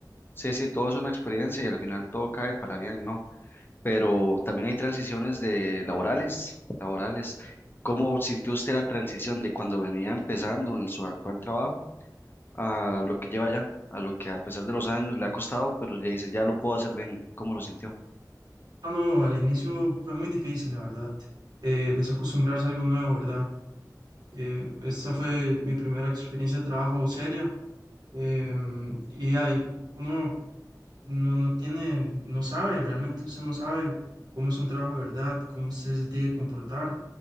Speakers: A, on the left; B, on the right.
A: Sí, sí, todo es una experiencia y al final todo cae para bien, ¿no? Pero también hay transiciones de laborales, laborales. ¿Cómo sintió usted la transición de cuando venía empezando en su actual trabajo a lo que lleva ya, a lo que a pesar de los años le ha costado, pero ya dice, ya lo puedo hacer bien? ¿Cómo lo sintió?
B: Ah, no, al inicio fue muy difícil, la verdad. Eh, empecé a acostumbrarse a algo nuevo, ¿verdad? Eh, esta fue mi primera experiencia de trabajo seria. em, y ahí uno no, no tiene, no sabe, realmente usted no sabe cómo es un trabajo de verdad, cómo usted se tiene que comportar.